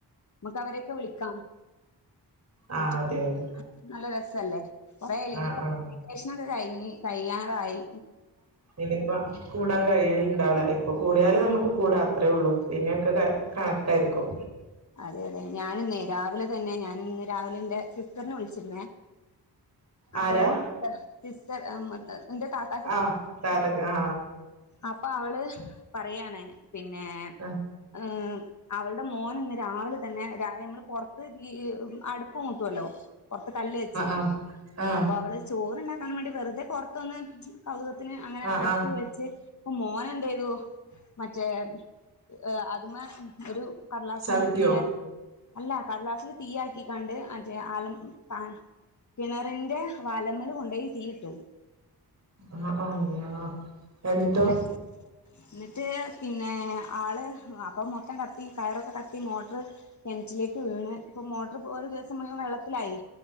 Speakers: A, on the left; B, on the right.
A: നമ്മുക്ക് അവരെയൊക്കെ വിളിക്കാം
B: ആ
A: മറ്റത്
B: അതെ അതെ
A: നല്ല രസല്ലേ കൊറെയായില്ലേ ഇനിയിപ്പ
B: ആഹ് ആഹ്
A: ഡിറ്റേഷൻ കയിഞ് കയ്യാറായി
B: ഇനിപ്പ കൂടാൻ കഴിയല്ല ഉണ്ടാവില്ല ഇപ്പൊ കൂടിയാലും നമുക്ക് കൂടാം അത്രേ ഉള്ളൂ പിന്നെയൊക്കെ കണക്കായിരിക്കും
A: അതെ അതെ ഞാന ഇന്നേ രാവിലെ തന്നെ ഞാൻ ഇന്ന് രാവിലെ എൻറെ സിസ്റ്ററിനെ വിളിച്ചിരുന്നേ അപ്പൊ
B: ആരാ
A: എന്റെ <unintelligible>
B: ആഹ് ജാതക ആ
A: അപ്പൊ അവള് പറയാണ് പിന്നെ
B: ആഹ്
A: ഏ അവളുടെ മോൻ ഇന്ന് രാവിലെ തന്നെ രവിലെനമ്മൾ പുറത്ത് അടുപ്പ് മൂട്ടുവല്ലോ പുറത്ത് കല്ല് വെച്ച്
B: ആഹ് ആഹ്
A: അപ്പോ അവള് ചോറ്ണ്ടാക്കാൻ വേണ്ടി വെറുതെ പെറത്തുനിന്ന് കൗതുകത്തിന് അങ്ങനെ
B: ആഹ്
A: അടുപ്പ്
B: ആഹ്
A: വെച്ച് അപ്പോ മോൻ എന്ത ചെയ്തു മറ്റേഅതി മോ ഒരു കടലാസ്മോ
B: ചവിട്ടിയോ
A: തീ ആയിട്ട് അല്ല കടലാസില് തീ ആക്കി കണ്ട് അതെ ആലം കാ കിണറിന്റെ വലമൽകൊണ്ടയിതീ ഇട്ടു
B: ആ അ അള്ളാ എന്നിട്ടോ
A: മ എന്നിട്ട് പിന്നെ ആള് അപ്പം മൊത്തം കത്തി കയറൊക്കെ കത്തി മോട്ടർ കീണറ്റിലേക്ക് വീണ്ഇപ്പ മോട്ടർ ഒരു ദിവസം മുവെള്ളത്തിലായി